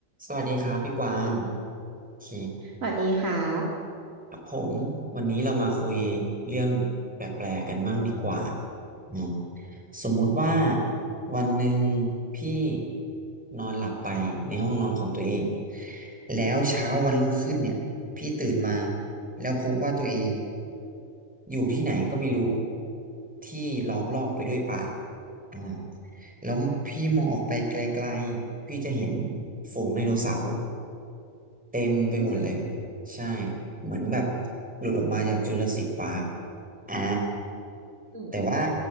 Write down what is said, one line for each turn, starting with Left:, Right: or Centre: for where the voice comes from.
Centre: สวัสดีครับพี่กวางโอเค
Right: สวัสดีครับ
Centre: ครับผมวันนี้เรามาคุยเรื่องแปลกๆกันบ้างดีกว่านะสมมุติว่าวันหนึ่งพี่นอนหลับไปในห้องนอนของตัวเอง แล้วเช้าวันรุ่งขึ้นเนี่ยพี่ตื่นมาแล้วพบว่าตัวเองอยู่ที่ไหนก็ไม่รู้ที่ล้อมรอบไปด้วยป่าอ่าแล้วพี่มองออกไปไกลๆพี่จะเห็นฝูงไดโนเสาร์ เต็มไปหมดเลย
Right: อืม
Centre: ใช่เหมือนแบบหลุดออกมาจากจูราสสิคปาร์คอ่า
Right: อืม
Centre: แต่ว่า